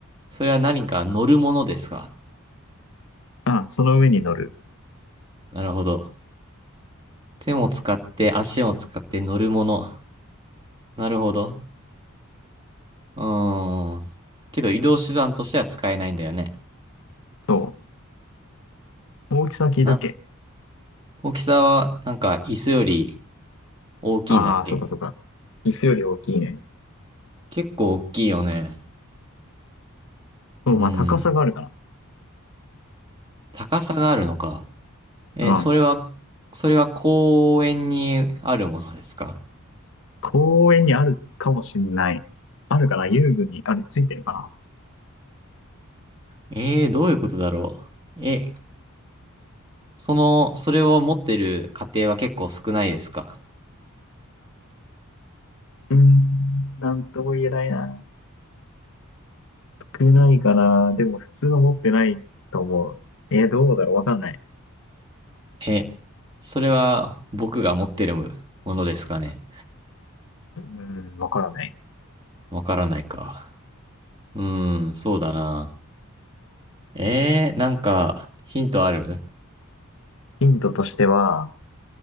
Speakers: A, on the right; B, on the left.
A: それは何か乗るものですか
B: あ、その上に乗る。
A: なるほど。手も使って足も使って乗るもの。なるほど。うーん。けど移動手段としては使えないんだよね。
B: そう。大きさ聞いたっけ
A: な、大きさはなんか椅子より大きいんだっけ
B: ああー、そうかそうか。椅子より大きいね。
A: 結構大きいよね。
B: そう、
A: うーん。
B: まあ高さがあるかな。
A: 高さがあるのか。え、
B: うん。
A: それは、それは公園にあるものですか
B: 公園にあるかもしんない。あるかな遊具にある、ついてるかな
A: ええー、どういうことだろう。え、その、それを持ってる家庭は結構少ないですか
B: うーん、なんとも言えないな。少ないかな。でも普通は持ってないと思う。えー、どうだろうわかんない。
A: え、それは僕が持ってるものですかね。
B: うーん、わからない。
A: わからないか。うーん、そうだな。えー、なんか、ヒントある
B: ヒントとしては、